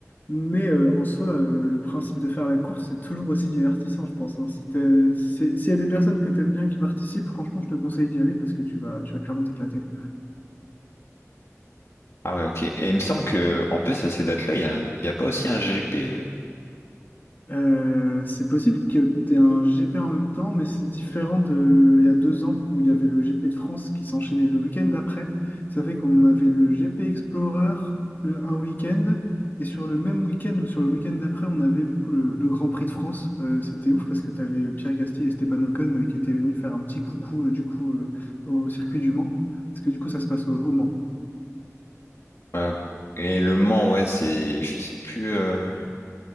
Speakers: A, on the left; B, on the left.
A: Mais euh, en soi, euh, le principe de faire la course, c'est toujours aussi divertissant, je pense. hein. Si t'es- si c'est- s'il y a des personnes que tu aimes bien qui participent, franchement, je te conseille d'y aller parce que tu vas, tu vas clairement t'éclater.
B: Ah ouais, ok. Et il me semble que, en plus, à ces dates-là, il y a, un- il y a pas aussi un GP. euh
A: Euh, c'est possible que tu aies un GP en même temps, mais c'est différent de il y a deux ans où il y avait le GP de France qui s'enchaînait le week-end d'après. Ça fait qu'on avait le GP Explorer le- un week-end, et sur le même week-end ou sur le week-end d'après, on avait du coup le, le Grand Prix de France. Euh, c'était ouf parce que tu avais Pierre Gasly et Stéphane Ocon euh, qui étaient venus faire un petit coucou euh, du coup euh, au circuit du Mans, parce que du coup ça se passe au, au Mans.
B: Ouais, ok. Et Le Mans, ouais, c'est, je sais plus. euh,